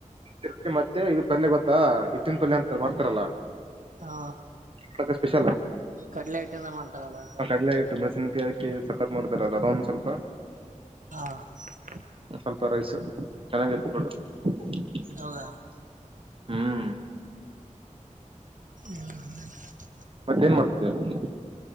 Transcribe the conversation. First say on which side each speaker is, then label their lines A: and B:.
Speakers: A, on the right; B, on the right.
A: ರೊಟ್ಟಿ ಮತ್ತೆ ಇದ ಪಲ್ಯ ಗೊತ್ತಾ ಹಿಟ್ಟಿನ ಪಲ್ಯ ಅಂತ ಮಾಡ್ತಾರಲ್ಲಾ
B: ಹಾ
A: <unintelligible> ಸ್ಪೆಷಲ್
B: ಕಡ್ಲೆ ಹಿಟ್ಟಿಂದ ಮಾಡ್ತಾರಲ್ಲಾ
A: ಕಡ್ಲೆ ಹಿಟ್ಟು ಮೆಣಸಿನಕಾಯಿ ಹಾಕಿ ಸಕ್ಕತ್ ಮಾಡತಾರ ಅದ ಒಂದು ಸ್ವಲ್ಪ
B: ಹಾ <unintelligible>
A: ಸ್ವಲ್ಪ ರೈಸು ಚೆನ್ನಾಗಿ ಇತ್ತು ಫುಡ್ <inaudible>
B: ಹೌದಾ
A: ಹ್ಮ್ಮ್.
B: <unintelligible>
A: ಮತ್ತ ಏನ್ ಮಾಡ್ತಿದಿಯಾ ಅಲ್ಲಿ